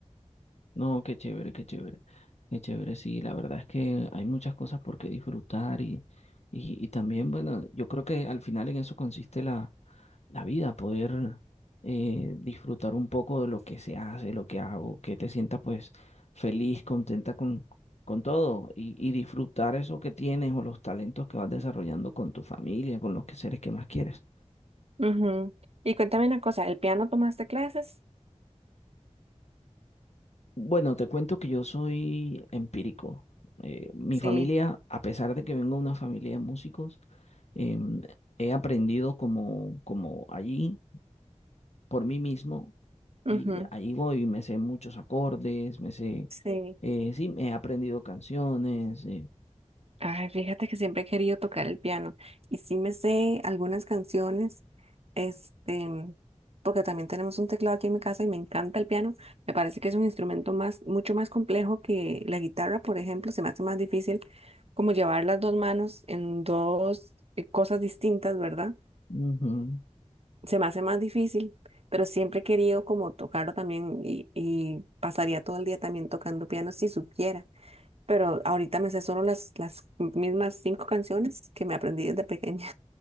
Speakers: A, on the left; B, on the right.
A: no, qué chévere, qué chévere, qué chévere, sí, la verdad es que hay muchas cosas por qué disfrutar y, y, y también, bueno, yo creo que al final en eso consiste la la vida, poder eh, disfrutar un poco de lo que se hace, lo que hago, que te sientas pues feliz, contenta con, con todo y, y disfrutar eso que tienes o los talentos que vas desarrollando con tu familia, con los que seres que más quieres.
B: Ujú. Y cuéntame una cosa, ¿el piano tomaste clases?
A: Bueno, te cuento que yo soy empírico. Eh, mi
B: Sí,
A: familia, a pesar de que vengo de una familia de músicos, em, he aprendido como, como allí. por mí mismo y
B: Ujú,
A: ahí voy, me sé muchos acordes, me sé,
B: Sí.
A: eh, sí, me he aprendido canciones. eh,
B: Ay, fíjate que siempre he querido tocar el piano y sí me sé algunas canciones, este, porque también tenemos un teclado aquí en mi casa y me encanta el piano. Me parece que es un instrumento más, mucho más complejo que la guitarra, por ejemplo, se me hace más difícil como llevar las dos manos en dos eh, cosas distintas, ¿verdad?
A: Ujú.
B: se me hace más difícil, pero siempre he querido como tocarlo también y, y pasaría todo el día también tocando piano si supiera. Pero ahorita me sé solo las, las mismas cinco canciones que me aprendí desde pequeña.